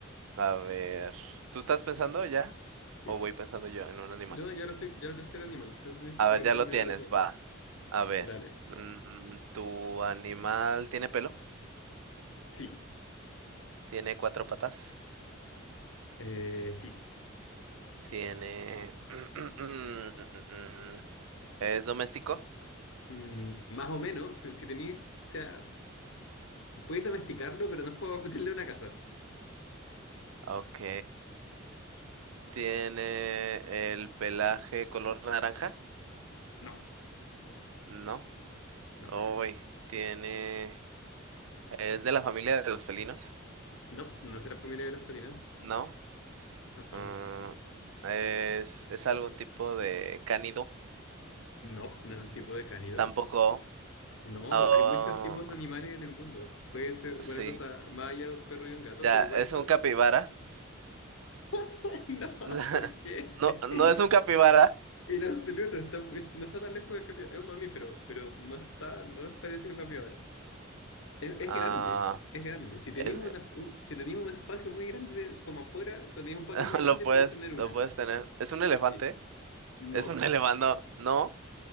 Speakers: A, on the right (about 80°); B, on the left (about 65°).
A: A ver, ¿tú estás pensando ya?
B: Sí.
A: ¿O voy pensando yo en un animal?
B: Yo ya lo estoy. Ya lo pensé en animal. Tú tienes
A: A
B: que preguntarme
A: ver, ya lo tienes,
B: ahora sobre.
A: va. A ver,
B: Dale.
A: mm, ¿tu animal tiene pelo?
B: Sí.
A: ¿Tiene cuatro patas?
B: Eh, sí.
A: ¿Tiene... <clears throat> ¿Es doméstico?
B: Mm, más o menos. pero Si tenéis. O sea. Puedes domesticarlo, pero no es como <laughs> meterle una casa.
A: Ok. ¿Tiene el pelaje color naranja?
B: No,
A: No.
B: no.
A: Uy, tiene... ¿Es de la familia de los felinos?
B: No, no es de la familia de los felinos.
A: No.
B: Ah,
A: Mm,
B: ah.
A: ¿es, es algún tipo de cánido?
B: No, no es un tipo de cánido.
A: Tampoco.
B: No,
A: Oh,
B: hay muchos tipos de animales en el mundo. Puede ser
A: sí.
B: una cosa más allá de un perro y un gato,
A: Ya,
B: pero igual
A: es
B: es... do-
A: un capibara.
B: <laughs> No,
A: <laughs>
B: ¿por qué?
A: No,
B: <laughs>
A: no es un capibara.
B: En absoluto, está muy- no está tan lejos del capibara. Es un mamífero, pero no está, no es parecido a un capibara. Es, es
A: Ah,
B: grande, es grande. Si tenéis
A: es
B: una- un, si tenéis un espacio muy grande como afuera, cuando tenéis un patio
A: <laughs>
B: muy grande,
A: lo puedes,
B: podéis tener una.
A: lo puedes tener. ¿Es un elefante?
B: Sí. No.
A: ¿Es un <laughs> elefante? No.